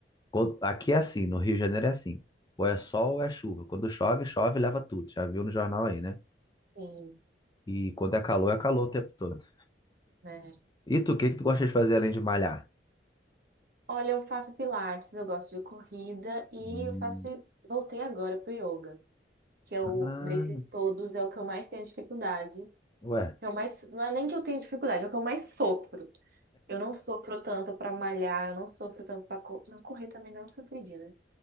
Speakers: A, on the left; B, on the right.
A: Quando- Aqui é assim, no Rio de Janeiro é assim. Ou é sol ou é chuva. Quando chove, chove, e leva tudo. Já viu no jornal aí, né?
B: sim,
A: E quando é calor, é calor o tempo todo.
B: né?
A: E tu, o que que tu gosta de fazer além de malhar?
B: Olha, eu faço pilates, eu gosto de corrida e
A: Hum,
B: eu faço, voltei agora pro yoga. que eu,
A: ah,
B: desses todos, é o que eu mais tenho dificuldade.
A: ué,
B: Que eu mais, não é nem que eu tenho dificuldade, é o que eu mais sofro. Eu não sofro tanto pra malhar, eu não sofro tanto pra, co- pra correr também, não sofri, né?